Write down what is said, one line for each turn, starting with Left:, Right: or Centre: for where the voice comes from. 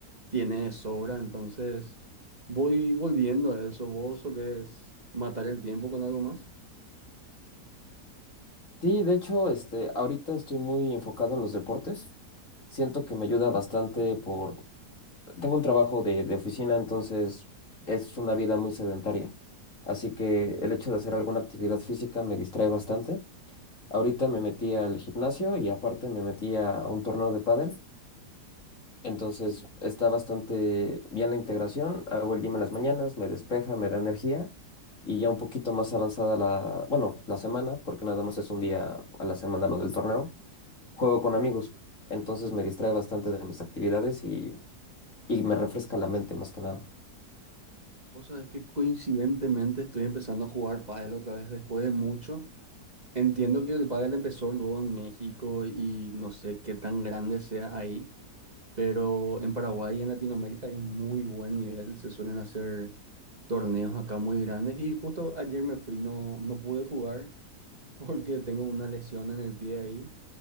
Right: tiene de sobra, entonces voy volviendo a eso. ¿Vos solés matar el tiempo con algo más?
Left: Sí, de hecho, este, ahorita estoy muy enfocado en los deportes. Siento que me ayuda bastante por... Tengo un trabajo de, de oficina, entonces es una vida muy sedentaria. Así que el hecho de hacer alguna actividad física me distrae bastante. Ahorita me metí al gimnasio y aparte me metí a un torneo de pádel. Entonces está bastante bien la integración. Hago el gym en las mañanas, me despeja, me da energía y ya un poquito más avanzada la, bueno, la semana, porque nada más es un día a la semana lo del torneo juego con amigos, entonces me distrae bastante de mis actividades y, y me refresca la mente más que nada.
Right: O sea, es que coincidentemente estoy empezando a jugar pádel otra vez después de mucho. Entiendo que el pádel empezó luego en México y no sé qué tan grande sea ahí, pero en Paraguay y en Latinoamérica hay muy buen nivel, se suelen hacer torneos acá muy grandes y justo ayer me fui, no, no pude jugar <laughs> porque tengo una lesión en el pie ahí,